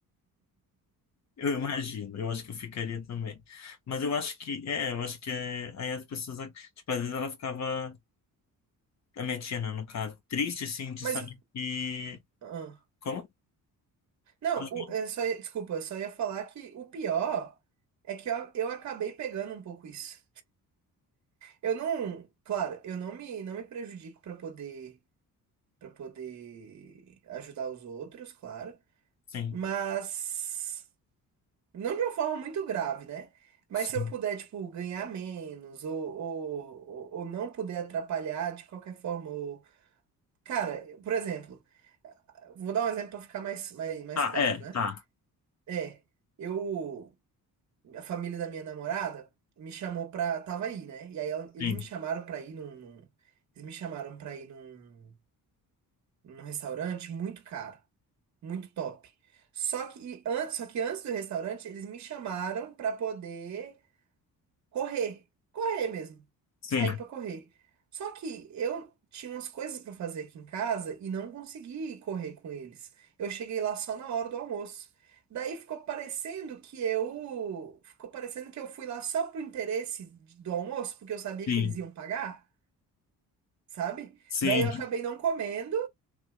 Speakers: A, on the left (about 50°); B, on the right (about 50°).
A: Eu imagino. Eu acho que eu ficaria também. Mas eu acho que. É, eu acho que é. Aí as pessoas. ac- Tipo, às vezes ela ficava. A minha tia, né, no caso. Triste, assim, de
B: Mas
A: saber
B: o.
A: que.
B: ah.
A: Como?
B: Não,
A: Pode
B: o,
A: me-
B: é, só, ia- desculpa, só ia falar que o pior é que eu, eu acabei pegando um pouco isso. Eu não. Claro, eu não me, não me prejudico pra poder, para poder ajudar os outros, claro.
A: Sim,
B: Mas. Não de uma forma muito grave, né? Mas
A: sim.
B: se eu puder, tipo, ganhar menos ou, ou, ou ou não puder atrapalhar de qualquer forma. Ou... Cara, por exemplo. Vou dar um exemplo para ficar mais, mais, mais
A: Tá,
B: claro,
A: é,
B: né?
A: tá.
B: É, eu, a família da minha namorada me chamou pra, tava aí, né? E aí ela- eles
A: Sim,
B: me chamaram pra ir num, num- eles me chamaram pra ir num, num restaurante muito caro, muito top. Só que e antes, só que antes do restaurante, eles me chamaram pra poder correr, correr mesmo,
A: sim,
B: sair pra correr. Só que eu tinha umas coisas pra fazer aqui em casa e não consegui ir correr com eles. Eu cheguei lá só na hora do almoço. Daí ficou parecendo que eu, ficou parecendo que eu fui lá só pro interesse de- do almoço, porque eu sabia
A: sim,
B: que eles iam pagar, sabe?
A: sim.
B: Daí eu acabei não comendo,